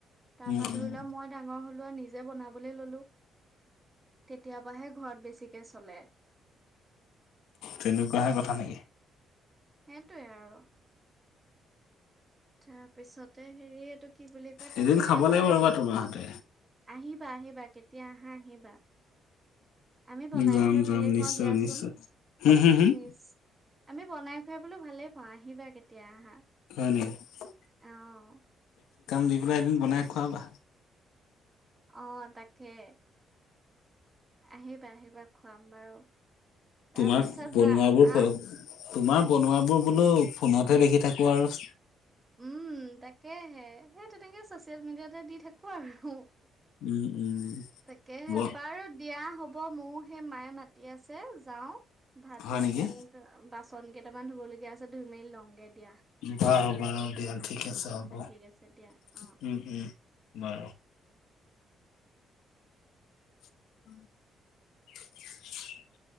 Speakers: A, on the right; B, on the left.
A: তাৰ
B: উম
A: পৰা
B: উম
A: ধৰি লোৱা মই ডাঙৰ হৈ ৱা নিজে বনাবলৈ ললোঁ। তেতিয়া পৰাহে ঘৰত বেছিকে চলে।
B: তেনেকুৱাহে কথা নেকি?
A: সেইটোৱে আৰু তাৰপিছতে হেৰি এইটো কি বুলি কয় তাকেহে
B: এদিন খাব
A: বাৰু
B: লাগিব ৰ'বা
A: আহি
B: তোমাৰ হাতে
A: আহিবা আহিবা কেতিয়া আহা আহিবা। আমি বনাই-খুৱাই
B: যাম যাম
A: ভালেই
B: নিশ্চয়
A: পাওঁ দিয়াচোন
B: নিশ্চয় হুম হুম হুম
A: নিজ আমি বনাই-খুৱাই বোলো ভালেই পাওঁ আহিবা কেতিয়া আহা?
B: <inaudible>
A: অহ।
B: <unintelligible> দি পেলাই এদিন বনাই খুৱাবা।
A: অ', তাকে আহিবা আহিবা খুৱাম বাৰু।
B: তোমাক
A: তাৰপিছত
B: বনোৱাবোৰ
A: বা আহ
B: তোমাৰ বনোৱাবোৰ বোলো ফোনতহে দেখি থাকোঁ আৰু।
A: উম তাকেহে সেই তেনেকে ছ'চিয়েল মিডিয়াতে দি থাকোঁ আৰু।
B: উম। উম
A: তাকেহে
B: ব
A: বাৰু দিয়া হ'ব মোৰো সেই মায়ে মাতি আছে যাওঁ। ভাত-পানী
B: হয় নেকি
A: বাচন কেইটামান ধুব লগীয়া আছে ধুই মেলি লওঁগে। দিয়া
B: বাৰু বাৰু দিয়া ঠিক আছে, হ'ব উম
A: ঠিক আছে দিয়া অ
B: উম। <inaudible> <inaudible>